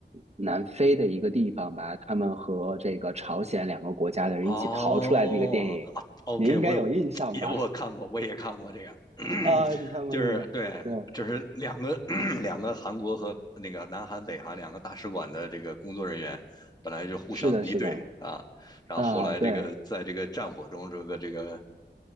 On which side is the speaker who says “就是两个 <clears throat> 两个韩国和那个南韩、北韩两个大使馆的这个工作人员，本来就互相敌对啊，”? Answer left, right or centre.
Left